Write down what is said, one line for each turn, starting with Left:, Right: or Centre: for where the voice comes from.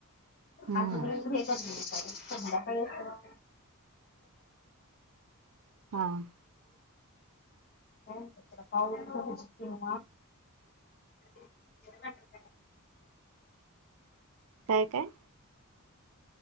Right: हम्म
Left: अजून हेच सध्या आहे.
Right: हा
Left: पाच
Right: काय काय?